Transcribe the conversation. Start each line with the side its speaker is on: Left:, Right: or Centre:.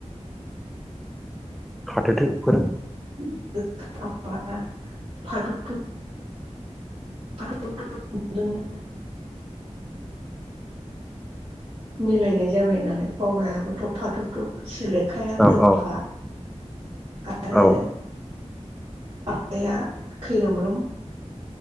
Centre: खाथोथोफोर
Right: <unintelligible> फादुब दुब <unintelligible> मिलायनाय जाबाय नालाय बावरायाबो थ' फादुब दुब। सोलेखाया
Centre: औ
Right: गोफा
Centre: औ
Right: आरो।
Centre: औ
Right: आमब्लाइआ खैरोमरोम